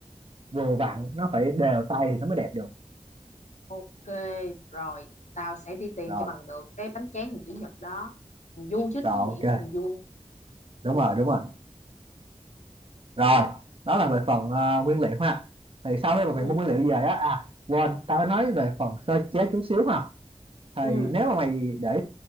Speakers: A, on the right (about 50°); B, on the left (about 70°).
A: vừa vặn nó phải đều tay thì nó mới đẹp được
B: ok rồi tao sẽ đi tìm
A: rồi
B: cho bằng được cái bánh tráng hình chữ nhật đó hình vuông chứ đúng
A: rồi
B: không nhỉ
A: ok
B: hình vuông
A: đúng
B: ok
A: rồi đúng rồi rồi đó là về phần ờ, nguyên liệu ha thì sau khi mà mày
B: ừ
A: mua nguyên liệu về á à quên tao nói về phần sơ chế chút xíu ha thì
B: ừ
A: nếu mà mày để